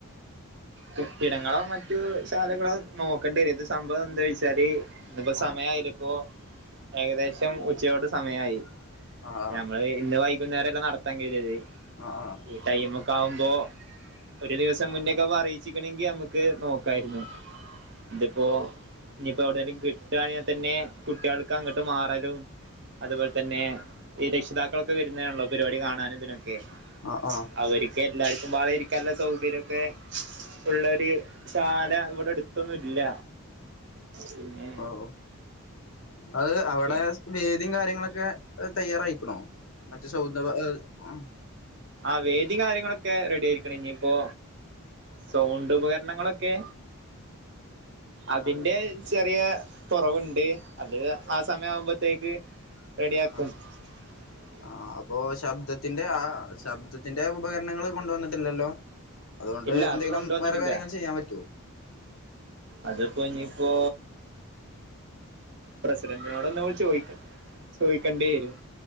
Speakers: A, on the right; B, on the left.
A: കെട്ടിടങ്ങളോ മറ്റു ശാലകളോ നോക്കേണ്ടി വരും ഇത് സംഭവം എന്താ വെച്ചാല് ഇന്നിപ്പൊ
B: ആഹ്
A: സമയായില്ലേ ഇപ്പോ ഏകദേശം ഉച്ചയോട് സമയമായി
B: ആഹ്
A: ഞമ്മള് ഇന്ന് വൈകുന്നേരം അല്ലെ നടത്താൻ കേറിയത്
B: ആഹ് ആഹ്
A: ഈ ടൈമക്കെ ആകുമ്പോ ഒരു ദിവസം മുന്നക്കെപ്പം അറിയിച്ചക്കണ്ങ്കി നമുക്ക് ക് നോക്കായിരുന്നു ഇതിപ്പോ ഇനിയിപ്പോ എവിടേലും കിട്ട്വാണെ തന്നെ കുട്ടികൾക്ക് അങ്ങട്ട് മാറലും അതുപോലെ തന്നെ ഈ രക്ഷിതാക്കളൊക്കെ വരുന്നെയാണല്ലോ പരിപാടി കാണാന് ഇതിനൊക്കെ
B: ആഹ് ആഹ്
A: അവര്ക്ക് എല്ലാർക്കുംമ്പാടെ ഇരിക്കാനുള്ള സൗകര്യക്കെ ഉള്ളൊര് ശാല ഇവിടെ അടുത്തൊന്നുംല്ല പിന്നെ
B: ഓഹ് അത് അവിടെ
A: ഓക്കെ
B: വേദിയും കാര്യങ്ങളൊക്കെ തയ്യാറായിക്ക്ണോ മറ്റ് <unintelligible>
A: ആഹ് വേദിം കാര്യങ്ങളൊക്കെ റെഡി ആയിരിക്ക് ണ് ഇനിയിപ്പോ? സൗണ്ട് ഉപകരണങ്ങളൊക്കെ അതിന്റെ
B: ആഹ്
A: ചെറിയ കുറവുണ്ട് അത് ആ സമയാവുമ്പത്തേക്ക് റെഡിയാക്കും.
B: ആഹ്
A: <inaudible>
B: ആഹ് അപ്പൊ ശബ്ദത്തിന്റെ ആ ശബ്ദത്തിന്റെ ഉപകരണങ്ങൾ കൊണ്ടുവന്നിട്ടില്ലല്ലോ? അതുകൊണ്ട്
A: ഇല്ല
B: എന്തെലും
A: അത് കൊണ്ടുവന്നിട്ടില്ല
B: വേറെ കാര്യങ്ങൾ ചെയ്യാൻ പറ്റോ?
A: അതിപ്പോ ഇനിപ്പോ പ്രസിഡന്റിനോടൊന്ന് ചോദിക്കാട്ട് ചോയിക്കേണ്ടി വരും